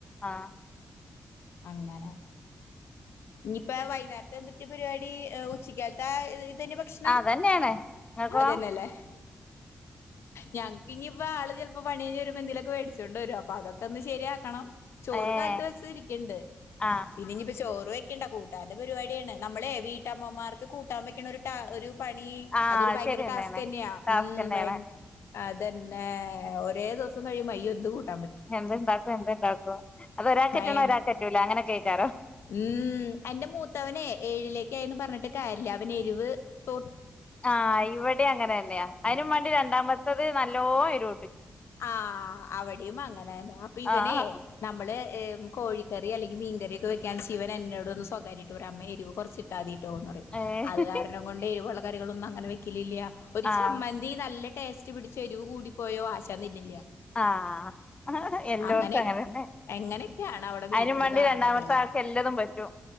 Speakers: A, on the left; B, on the left.
A: ആഹ്
B: അങ്ങനെ ഇനിയിപ്പ വൈകുനേരത്തെ എന്തൊക്കയ പരിപാടി് ഉച്ചക്കാലത്തെ ഇരി അത് തന്നെ ഭക്ഷണം
A: അതന്നെയാണ് നിങ്ങക്കോ
B: അത് തന്നല്ലേ ഞങ്ങക്ക് ഇനിയിപ്പോ ആള് ചിലപ്പോ പണികഴിഞ്ഞുവരുമ്പോൾ എന്തിലൊക്കെ മേടിച്ചൂകൊണ്ട് വരും അപ്പൊ അതൊക്കെ ഒന്ന് ശരിയാ വെയ്ക്കണം ചോറ്
A: ഏഹ്
B: കാലത്ത് വെച്ചത് ഇരിക്കുണ്ട്
A: ആഹ്
B: പിന്നെ ഇനിപ്പം ചോറ് വയ് കൂട്ടാൻന്റെ പരിപാടിയാണ് നമ്മളെ വീട്ടമ്മമാർക്ക് കൂട്ടാൻ വെക്കണ ഒരു ഒരു ടാസ പണി
A: ആഹ്
B: അതൊരു ഭയങ്കര
A: ശരിയെന്നേണ്
B: ടാസ്ക് തന്നെയാ
A: ടാസ്ക്കെന്നേണ്
B: ഉം ഭയ അതെന്ന ഒരേദിവസം കഴിയുംമ്പ്അയ്യോ എന്ത് കൊട്
A: എന്താഉണ്ടാക്കും എന്താഉണ്ടാക്കും അത് ഒരാക്ക്പറ്റണ
B: ഭയ
A: ഒരാക്ക്പറ്റൂല്ല അങ്ങനെ കേക്കാറോ
B: ഉം എന്റെ മൂത്തവനെ ഏ ഏഴിലേക്ക്ആയിന്ന് പറഞ്ഞിട്ട് കാര്യല്ല അവൻ എരിവ് തൊ
A: ആഹ് ഇവിടെ അങ്ങനെ തന്നെയാ അതിനും വണ്ടി രണ്ടാമത്തത് നല്ലോരു
B: ആ അവിടെയും അങ്ങനെ തന്നെ അപ്പൊ ഇവനെ
A: ആഹ്
B: നമ്മള് കോഴിക്കറി അല്ലെങ്ക മീൻറിയൊക്കെ വെക്കാൻശിവൻ എന്നോടൊന്ന് സ്വകാര്യ മായിട്ട് റയും ഒരു അമ്മ എരി് കുറച്ച് ഇട്ടാതിയിട്ട്
A: ഏഹ്
B: അത് കാരണം കൊണ്ട ഇ കറികളന്നുംങ്ങനെ വെക്കില്ല ഒരു
A: ആഹ്
B: ചമ്മന്തി നല്ല ടേസ്റ്റ് പിടിച്ച എരിവ് കൂടിപ്പോയ ആശ തെന്നിട്ടില്ല
A: ആഹ് എല്ലോട്ത്തും
B: അങ്ങനെ
A: അങ്ങനെന്നെ
B: എങ്ങനെക്കെയാണ് അവിടെ വീട്ടില്
A: അയ്നും മാണ്ടി
B: കാണുന്നത്
A: രണ്ടാമത്തെ ആൾക്ക് എല്ലതും പറ്റും